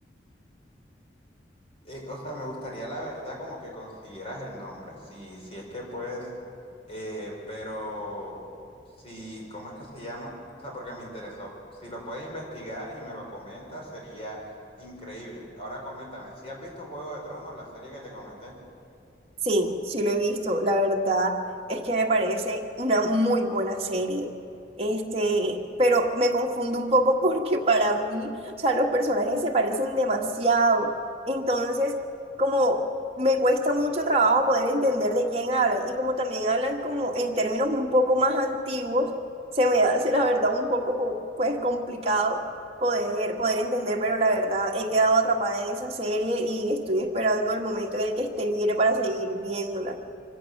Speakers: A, on the left; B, on the right.
A: Eh, o sea, me gustaría la verdad como que consiguieras el nombre, si, si es que puedes, eh, pero si, ¿cómo es que se llama? O sea, porque me interesó. Si lo puedes investigar y me lo comentas, sería increíble. Ahora coméntame, si has visto Juego de Tronos, la serie que te comenté?
B: Sí, sí lo he visto. La verdad es que me parece una muy buena serie. Este, pero me confundo un poco <laughs> porque para mí, o sea, los personajes se parecen demasiado. Entonces, como me cuesta mucho trabajo poder entender de quién hablan y como también hablan como en términos un poco más antiguos, se me hace la verdad un poco co- pues complicado poder, poder entender, pero la verdad he quedado atrapada en esa serie y estoy esperando el momento en el que esté libre para seguir viéndola.